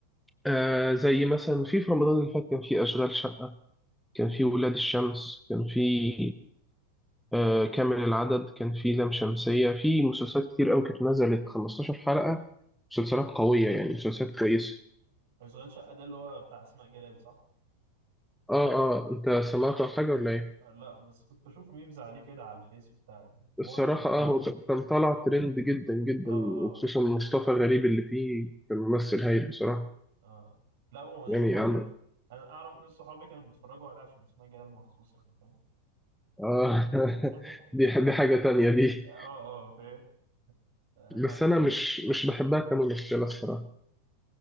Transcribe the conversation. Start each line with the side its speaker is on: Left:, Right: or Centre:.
Centre: آه زي مثلا في في رمضان اللي فات كان في أشغال شقة كان
Right: امم
Centre: في ولاد الشمس كان في آه، كامل العدد كان في لام شمسية في مسلسلات كتير قوي كانت نزلت 15 حلقة مسلسلات قوية يعني مسلسلات كويسة
Right: اشغال شقه ده اللي هو بتاع اسماء جلال صح
Centre: اه اه انت سمعت عن حاجة ولا ايه؟
Right: آه، لا بس كنت بشوف ميمز عليه كده على الفيس وبتاع يعني معظم
Centre: الصراحة
Right: اه
Centre: اه هو كان كان طالع ترند جدا جدا
Right: اه
Centre: وخصوصا مصطفى غريب اللي فيه كان ممثل هايل بصراحة
Right: اه لا هو يعني
Centre: يعني
Right: معظم
Centre: عم...
Right: انا اعرف ناس صحابي كانوا بيتفرجوا عليها عشان اسمها جلال مخصوص يعني فاهم
Centre: اه <laughs>
Right: <laughs>
Centre: دي دي حاجة تانية دي
Right: اه اه فاهم انا
Centre: بس انا مش مش بحبها كممثلة الصراحة